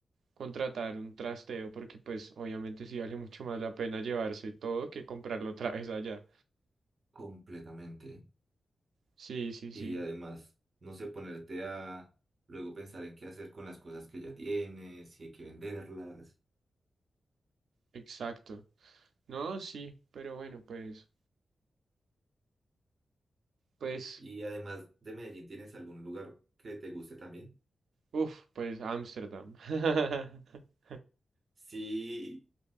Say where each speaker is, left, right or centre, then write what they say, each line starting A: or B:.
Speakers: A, on the right; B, on the right.
A: contratar un trasteo porque pues obviamente sí vale mucho más la pena llevarse todo que comprarlo otra vez allá.
B: Completamente.
A: Sí, sí, sí,
B: Y además, no sé, ponerte a luego pensar en qué hacer con las cosas que ya tienes, si hay que venderlas.
A: exacto. No, sí, pero bueno, pues, pues,
B: Y además de Medellín, ¿tienes algún lugar que te guste también?
A: uff, pues Ámsterdam. <laughs>
B: Sí,